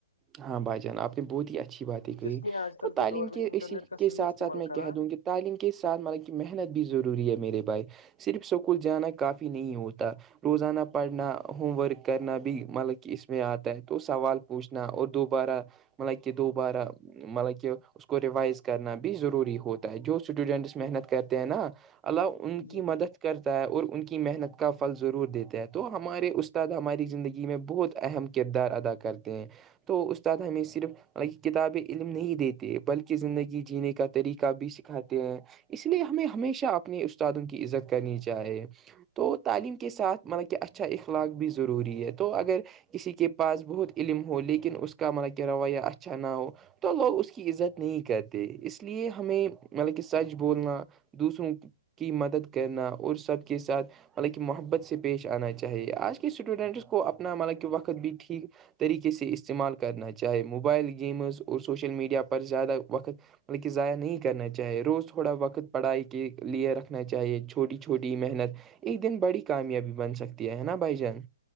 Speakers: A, on the right; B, on the left.
A: ہاں بھائی جان آپ نے بہت ہی اچھی باتیں کہی
B: جس نے آج کل
A: تو تعلیم
B: دور
A: کے
B: میں انٹرنیٹ
A: اسی
B: کا
A: کے
B: صحیح
A: ساتھ
B: استعمال
A: ساتھ میں
B: کرا
A: کہہ دوں گی تعلیم کے ساتھ مطلب کہ محنت بھی ضروری ہے میرے بائے صرف اسکول جانا کافی نہیں ہوتا روزانہ پڑھنا ہوم ورک کرنا بھی مطلب کہ اس میں آتا ہے تو سوال پوچھ اپنا اور دوبارہ مطلب کہ دوبارہ مطلب کہ اس کو ریوائز کرنا بھی ضروری ہوتا ہے جو اسٹوڈینٹس محنت کرتے ہیں نا ال ان کی
B: جی
A: مدد کرتا ہے اور ان کی محنت کا پھل ضرور دیتا ہے تو ہمارے استاد ہماری زندگی میں بہت اہم کردار ادا کرتے ہیں تو استاد ہمیں صرف ہ کتابیں علم نہیں دیتے بلکہ زندگی جینے کا طریقہ بھی سکھاتے ہیں اس لیے ہمیں ہمیشہ اپنے استادوں کی عزت کرنی چاہیے تو تعلیم کے ساتھ مطلب کہ اچھا اخلاق بھی ضروری ہے تو اگر کسی کے پاس بہت علم ہو لیکن اس کا مان کہ رویہ اچھا نہ ہو تو لوگ اس کی عزت نہیں کرتے اس لیے ہمیں مطلب کہ سچ بولنا دوسروں کی مدد کرنا اور سب کے ساتھ مطلب کہ محبت سے پیش آنا چاہیے آج کے اسٹوڈنٹس کو اپنا مطلب کہ وقت بھی ٹھیک طریقے سے استعمال کرنا چاہے موبائل گیمز اور سوشل میڈیا پر زیادہ وقت بلکہ ضائع نہیں کرنا چاہیے روز تھوڑا وقت پڑھائی کے لئے رکھنا چاہیے چھوٹی چھوٹی محنت ایک دن بڑی کامیابی بن سکتی ہے نا بھائی جان